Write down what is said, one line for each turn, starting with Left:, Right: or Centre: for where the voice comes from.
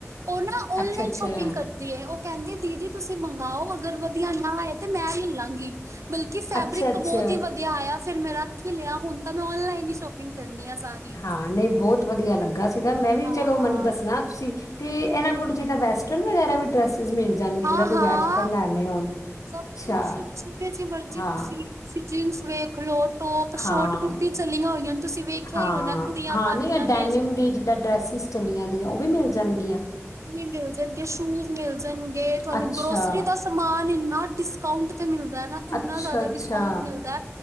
Right: ਓ ਨਾ ਔਨਲਾਈਨ
Left: ਅੱਛਾ ਅੱਛਾ
Right: ਸ਼ੋਪਿੰਗ ਕਰ ਦੀ ਓ ਕੈਦੀ ਦੀਦੀ ਤੁਸੀਂ ਮੰਗਓ ਅਗਰ ਵਧੀਆ ਨਾ ਆਏ ਤੇ ਮੈਂ ਲੇਲਾਂਗੀ ਬਲਕੀ ਫੈਬਰਿਕ
Left: ਅੱਛਾ ਅੱਛਾ
Right: ਤੋਂ ਬੋਤ ਈ ਵਧੀਆ ਆਏਆ ਫੇਰ ਮੈ ਰਖ ਈ ਲੇਆ ਹੁਣ ਤਾਂ ਮੈਂ ਔਨਲਾਈਨ ਹੀ ਸ਼ੋਪਿੰਗ ਕਰਨੀ ਆ ਸਾਰ
Left: ਹਾਂ ਨਈ ਬੋਤ ਵਧੀਆ ਲੱਗਾ ਸੀਗਾ ਮੈਂ ਵੀ
Right: ਹਾਂ,
Left: ਚਲੋ ਮੈਨੂੰ ਦੱਸਣਾ ਸੀ ਤੇ ਏਨਾਂ ਕੋਲ ਜਿੱਦਾਂ ਵੈਸਟਨ ਵਗੈਰਾ ਵੀ ਡਰੈਸਿਸ ਮਿਲ ਜਾਣਗੇ
Right: ਹਾਂ-ਹਾਂ
Left: ਜਿਹੜਾ ਕੋਈ ਵੈਸਟਰਨ ਲੈਣੇ ਹੋਣ
Right: ਸਭ
Left: ਅੱਛਾ
Right: ਕੁਛ ਜੇਵੇਂ ਜੀ ਮਰਜ਼ੀ
Left: ਹਾਂ
Right: ਤੁਸੀਂ ਤੁਸੀਂ ਜੀਨਸ ਵੇਖ ਲੋ ਟੋਪ
Left: ਹਾਂ
Right: ਸ਼ੋਟ ਕੁੜਤੀ ਚਲੀਆਂ ਹੋਈਆਂ ਨੇ ਤੁਸੀਂ ਵੇਖਿਆ
Left: ਹਾਂ
Right: ਈ ਹੋਣਾ ਕੁੜੀਆਂ
Left: ਹਾਂ
Right: ਪਾਉਦੀਆਂ
Left: ਨਹੀਂ ਇਹ ਡੈਨਿਮ
Right: ਨੇ ਜੇਵੇਂ
Left: ਦੀ ਜਿੱਦਾਂ ਡਰੈਸਿਸ ਚੱਲੀਆਂ ਦੀਆਂ ਓ ਵੀ ਮਿਲ ਜਾਣਗੀਆਂ?
Right: ਵੀ ਮਿਲ ਜਾਣਗੇ ਸ਼ੂਜ ਮੇਲ ਜਾਣਗੇ ਤੁਆਨੂੰ
Left: ਅੱਛਾ
Right: ਗਰੋਸਰੀ ਦਾ ਸਾ ਮਾਲ ਏਨਾ ਡਿਸਕਾਊਂਟ ਤੇ ਮੇਲਦਾ ਨਾ ਏਨਾ
Left: ਅੱਛਾ
Right: ਜਾਦਾ
Left: ਅੱਛਾ
Right: ਡਿਸਕਾਊਂਟ ਮਿਲਦਾ